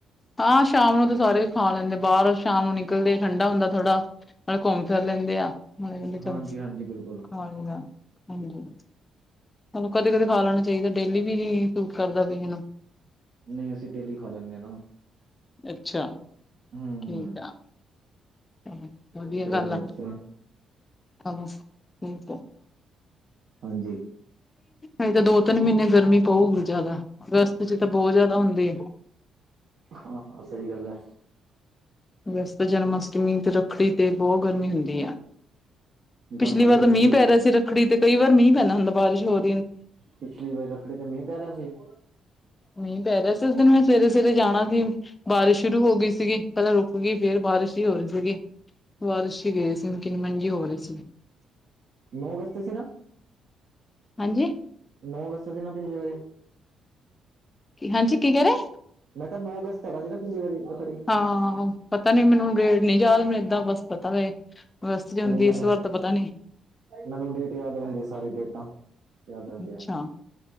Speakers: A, on the left (about 25°); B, on the right (about 65°).
A: ਹਾਂ ਸ਼ਾਮ ਨੂੰ ਤਾਂ ਸਾਰੇ ਖਾ ਲੈਂਦੇ ਬਾਰ ਸ਼ਾਮ ਨੂੰ ਨਿਕਲਦੇ ਠੰਡਾ ਹੁੰਦਾ ਥੋੜਾ ਨਾਲੇ ਘੁੰਮ ਫਿਰ ਲੈਂਦੇ ਆ ਨਾਲੇ ਕੈਂਦੇ ਚਲ
B: ਹਾਂਜੀ
A: ਖਾ
B: ਹਾਂਜੀ ਬਿਲਕੁਲ
A: ਲੋ ਬਾਰ ਹਾਂਜੀ। ਹੁਣ ਕਦੇ-ਕਦੇ ਖਾ ਲੈਣਾ ਚਾਈਦਾ ਡੇਲੀ ਵੀ ਸੂਟ ਕਰਦਾ ਕਈਆਂ ਨੂੰ
B: ਨਈ ਅਸੀ ਡੇਲੀ ਖਾ ਲੈਂਨੇ ਨਾ।
A: ਅੱਛਾ
B: ਹੂੰ
A: ਠੀਕ ਆ ਚਲੋ ਵਧੀਆ
B: ਚੱਲਦਾ
A: ਗੱਲ
B: ਹੁਣ
A: ਆ
B: ਤੇ
A: <inaudible>
B: ਹਾਂਜੀ
A: ਆ ਤਾਂ ਦੋ ਤਿੰਨ ਮ੍ਹੀਨੇ ਗਰਮੀ ਪਊਗੀ ਜਾਦਾ ਅਗਸਤ 'ਚ ਤਾਂ ਬੋ ਜਾਦਾ ਹੁੰਦੀ ਏ।
B: ਹਾਂ-ਹਾਂ ਸਈ ਗੱਲ ਏ।
A: ਅਗਸਤ ਜਨਮ ਅਸ਼ਟਮੀ ਤੇ ਰੱਖੜੀ ਤੇ ਬੋ ਗਰਮੀ ਹੁੰਦੀ ਆ। ਪਿਛਲੀ
B: ਬਸ ਆ
A: ਵਾਰ
B: ਗਈ ਰੱਖੜੀ
A: ਮੀਂਹ ਪੈ
B: ਦੀ
A: ਰਿਆ ਸੀ ਰੱਖੜੀ ਤੇ ਕਈ ਵਾਰ ਮੀਂਹ ਪੈਂਦਾ ਹੁੰਦਾ ਬਾਰਸ਼ ਹੋਰ
B: ਪਿਛਲੀ ਵਾਰੀ ਰੱਖੜੀ ਤੇ ਮੀਂਹ ਪੈ ਰਿਆ ਸੀ।
A: ਮੀਂਹ ਪੈ ਰਿਆ ਸੀ ਇਸ ਦਿਨ ਮੈਂ ਸਵੇਰੇ- ਸਵੇਰੇ ਜਾਣਾ ਸੀ ਬਾਰਿਸ਼ ਸ਼ੁਰੂ ਹੋ ਗਈ ਸੀਗੀ। ਪੈਲਾਂ ਰੁਕ ਗਈ ਫੇਰ ਬਾਰਿਸ਼ ਈ ਹੋ ਰਈ ਸੀਗੀ ਬਾਰਿਸ਼ 'ਚ ਗਏ ਸੀ ਕਿੰਨ-ਮਿੰਨ ਹੋ ਰਈ ਸੀਗੀ।
B: ਨੋ ਅਗਸਤ ਸੀ ਨਾ।
A: ਹਾਂਜੀ
B: ਨੋ ਅਗਸਤ ਦੀ ਸੀ ਨਾ ਪਿਛਲੀ ਵਾਰ
A: ਹਾਂਜੀ ਕੀ ਕੈ ਰਏ।
B: ਮੈਂ ਕਿਆ ਨੋ ਅਗਸਤ ਹੈਗਾ ਸੀ ਨਾ ਪਿਛਲੀ ਵਾਰੀ ਰੱਖੜੀ ਨਹੀਂ
A: ਹਾਂ ਪਤਾ ਨੀ ਮੈਨੂੰ ਰੇਟ ਨਈ ਯਾਦ ਮੈ ਏਦਾਂ ਬਸ ਪਤਾ ਵ ਬਸ ਅਗਸਤ 'ਚ ਹੁੰਦੀ
B: ਮੈਨੂੰ
A: ਇਸ ਵਾਰ ਤਾਂ ਪਤਾ ਨਈ।
B: ਮੈਨੂੰ ਡੇਟ ਯਾਦ ਰੈਂਦੀ ਆ ਸਾਰੀ ਡੇਟਾਂ ਯਾਦ ਰੈਂਦੀਆਂ।
A: ਅੱਛਾ